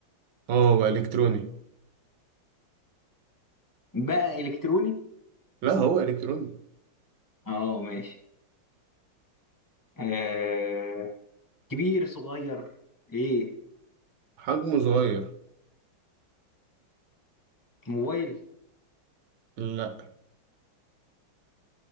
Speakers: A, on the right (about 65°); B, on the left (about 20°).
A: اه هو الكتروني
B: بقى إلكتروني
A: لا هو الكتروني
B: اه ماشي آه كبير صغير ايه
A: حجمه صغير
B: موبايل
A: لا